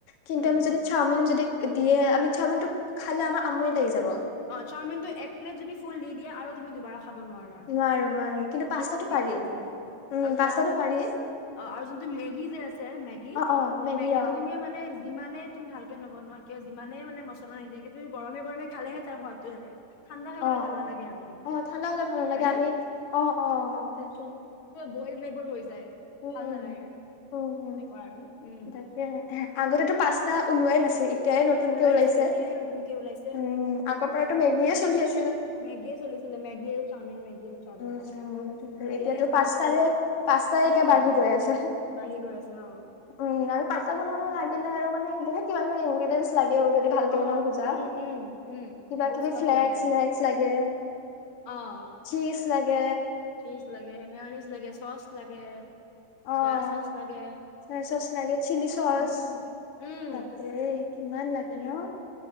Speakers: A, on the left (about 45°); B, on the left (about 70°).
A: কিন্তু
B: উম।
A: আমি যদি চাওমিন যদি। দিয়ে আমি চাওমিনটো খালে আমাৰ আমনি লাগি যাব।
B: অ চাওমিন টো এক প্লেট যদি ফুল দি দিয়ে আৰু তুমি দুবাৰা খাব নোৱাৰা
A: নোৱাৰো নোৱাৰো কিন্তু
B: এক
A: পাস্তাটো
B: প্লেত দি
A: পাৰি
B: হৈ যায়
A: উম
B: আৰু ধৰা
A: পাস্তাটো পাৰি
B: আৰু যোনটো মেগি যে আছে মেগী
A: অ', অ', মেগী
B: মেগীটো
A: অ',
B: তুমি মানে যিমানে তুমি ভালকে নবনোৱা। কিয় যিমানেই মানে মচলা নিদিয়ে কিয় তুমি গৰমেগৰমে খালে <unintelligible>
A: অ
B: আৰু
A: অ ঠাণ্ডা হলে ভাল নালাগে
B: হয়নে
A: আমি অ অ তাকে।
B: বই নবোৰ হৈ যায়
A: উম,
B: ভাল
A: উম,
B: নালাগে
A: উম, উম,
B: এনেকুৱা আৰু। উম
A: তাকে আগতেতো পাস্তা ওলোৱাই নাছিল। এতিয়াই নতুনকে
B: ওলোৱাই
A: ওলাইছে।
B: নাছিল এতিয়াহে নতুনকে ওলাইছে
A: উম, আগৰ পৰাতো মেগীয়ে চলি আছিল
B: মেগীয়ে চলিছিলে মেগী আৰু চাওমিন মেগী। আৰু চাওমিন
A: উম উম <unintelligible>
B: এতিয়াহে
A: এতিয়াতো
B: নতুনকে
A: পাস্তাৰে
B: আৰু
A: পাস্তাৰে এতিয়া
B: উম
A: বাঢ়ি গৈ আছে
B: বাঢ়ি গৈ আছে অ
A: উম আৰু। পাস্তা বনাব লাগিলে আৰু মানে বহুত কিবা কিবি ইনগ্ৰেডিয়েন্টচ লাগেও যদি ভালকে
B: অ
A: বনাব খোজা
B: উম উম উম
A: কিবাকিবি
B: বহুত ষ্টাফ
A: ফ্লেক্স
B: লাগে
A: চ্লেক্স লাগে
B: অ
A: চিচ লাগে
B: চীজ লাগে মেয়নিজ লাগে চচ লাগে
A: অ',
B: চয়া চচ লাগে।
A: চয়া চচ লাগে চিলি চচ
B: উম। উম,
A: বাপৰে। কিমান লাগে ন।